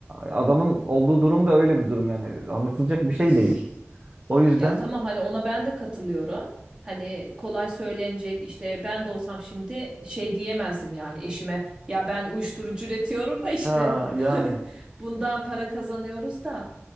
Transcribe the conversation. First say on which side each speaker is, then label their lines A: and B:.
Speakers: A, on the right; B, on the right.
A: adamın olduğu durum da öyle bir durum yani. Anlatılacak bir şey değil. O yüzden
B: Ya tamam hani ona ben de katılıyorum. Hani kolay söylenecek işte ben de olsam şimdi şey diyemezdim yani eşime. Ya ben uyuşturucu üretiyorum da işte
A: ha yani
B: <laughs> hani bundan para kazanıyoruz da